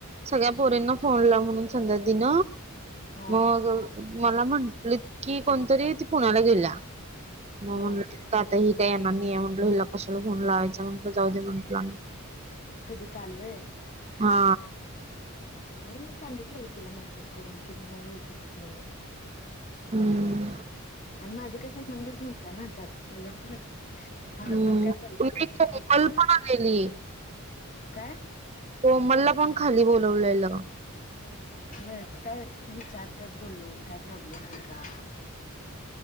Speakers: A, on the right; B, on the left.
A: सगळ्या पोरींना फोन ला म्हणून संध्या दिन
B: हा
A: मग मला म्हटले कि कोणतरी त पुण्याला गेल्या मग
B: होय
A: म्हटलं आता ही काय येणार नाही आहे म्हटलं हिला कशाला घोन लावायचं म्हंटलं जाऊ दे म्हंटलं
B: कधी कालवय
A: हा
B: हा नाही मी सांगितलेलं तिला मेसेज करून कि मी नाही येऊ शकत म्हणून
A: हम्म
B: आणि माझा काही संबंधच नव्हता ना त्यात त्याच्यामुळे मला
A: हम्म
B: कोण काय पडले
A: कोमल
B: नाही ठीक आहे म
A: पण आलेली
B: काय
A: हो मला पण खाली बोलवलेलं.
B: ब काय विचारतात बोलवून काय प्रॉब्लेम आहे का?